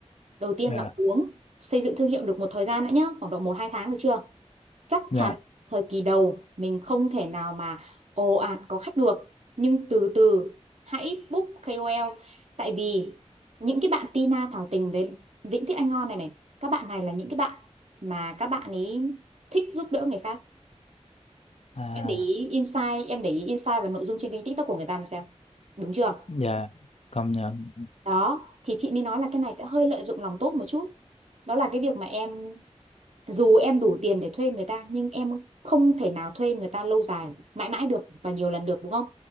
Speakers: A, on the right; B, on the left.
A: đầu tiên
B: dạ
A: là uống xây dựng thương hiệu được một thời gian đã nhá, khoảng độ một 2 tháng được chưa? chắc
B: dạ
A: chắn thời kỳ đầu mình không thể nào mà ồ ạt có khách được nhưng từ từ hãy book KOL tại vì những cái bạn Tina Thảo Tình với Vĩnh Thích Anh Ngon này này các bạn này là những cái bạn mà các bạn ấy thích giúp đỡ người khác
B: à
A: em để ý insight em để ý insight và nội dung trên kênh TikTok của người ta mà xem đúng chưa
B: dạ công nhận
A: đó thì chị mới nói là cái này sẽ hơi lợi dụng lòng tốt một chút đó là cái việc mà em dù em đủ tiền để thuê người ta nhưng em không thể nào thuê người ta lâu dài mãi mãi được và nhiều lần được đúng không